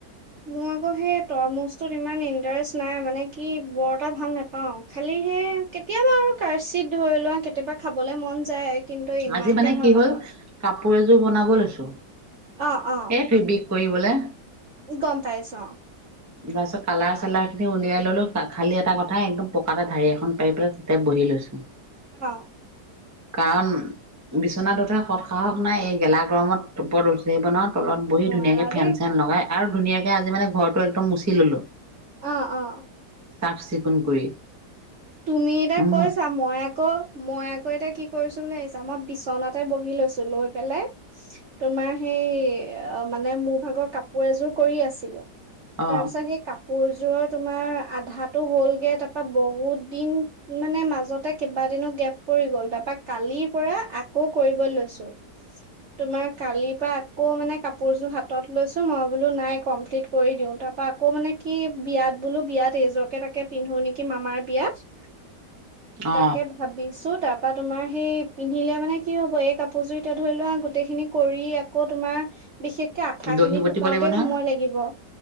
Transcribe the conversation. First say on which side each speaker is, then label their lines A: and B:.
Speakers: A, on the right; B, on the right.
A: মোৰ আকৌ সেই তৰমুজটোত ইমান ইণ্টাৰেষ্ট নাই মানে কি বৰ এটা ভাল নেপাও। খালি সেই কেতিয়াবা আৰু কাৰচিত ধৰি লোৱা কেতিয়াবা খাবলে মন যায়। কিন্তু ইমানকে
B: আজি মানে কি
A: ভাল
B: হ'ল
A: নাপাওঁ।
B: কাপোৰ এযোৰ বনাব লৈছোঁ।
A: অ', অ'।
B: এই ফেব্ৰিক কৰিবলে।
A: গম পাইছোঁ অ'।
B: তাৰপিছত কালাৰ চালাৰখিনি উলিয়াই ল'লোঁ, খালী এটা কথা একদম পকাতে ঢাৰি এখন পাৰি পেলাই তাতে বহি লৈছোঁ।
A: অ'।
B: কাৰণ বিচনাত উঠা সৎ সাহস নাই এই গেলা গৰমত। ওপৰত উঠিব নোৱাৰো তলত বহি
A: নোৱাৰা
B: ধুনীয়াকে ফেন
A: দেই।
B: চেন লগাই আৰু ধুনীয়াকে আজি মানে ঘৰটো একদম মুচি ল'লো।
A: অ', অ'।
B: চাফ চিকুণ কৰি।
A: তুমি এতিয়া কৈছা
B: মুচ
A: মই আকৌ মই আকৌ এতিয়া কি কৰিছোঁ বুলি ভাবিছা মই বিছনাতে বহি লৈছোঁ, লৈ পেলাই তোমাৰ সেই মানে মোৰ ভাগৰ কাপোৰ এযোৰ কৰি আছিলোঁ।
B: অ
A: তাৰপিছত সেই কাপোৰযোৰৰ তোমাৰ আধাটো হ'লগে তাৰ পৰা বহুত দিন মানে মাজতে কেইবাদিনো গেপ পৰি গ'ল তাৰপা কালিৰ পৰা আকৌ কৰিব লৈছোঁ। তোমাৰ কালিৰ পৰা আকৌ মানে কাপোৰযোৰ হাতত লৈছো মই বোলো নাই কমপ্লিট কৰি দিওঁ, তাৰ পৰা আকৌ মানে কি বিয়াত বোলো বিয়াত এইযোৰকে তাকে পিন্ধো নেকি মামাৰ বিয়াত।
B: অ
A: তাকে ভা ভাবিছোঁ, তাৰপা তোমাৰ সেই পিন্ধিলে মানে কি হ'ব এই কাপোৰ জুৰিতে ধৰি লোৱা গোটেইখিনি কৰি আকৌ তোমাৰ বিশেষকে আঠা
B: দহি
A: খিনি
B: বটিব
A: শুকাওঁতে
B: লাগিব নহয়
A: সময় লাগিব,